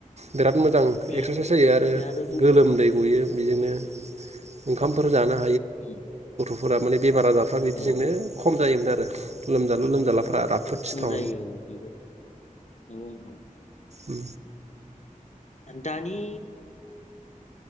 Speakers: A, on the right; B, on the left.
A: बिराद मोजां
B: बेजोंनो
A: एक्सारसाइस जायो
B: लोगोसे
A: आरो
B: दं
A: गोलोमदै गयो। बिदिनो ओंखामफोर जानानै
B: उम।
A: फोर माने बेमार आजारफ्रा बिदिजोंनो
B: औ
A: खम जायोमोन आरो। <unintelligible> लोमजालु लोमजालाफोरा राफोद
B: खम
A: स्ट्रं
B: जायो औ नंगौ नंगौ उम।
A: उम
B: दानि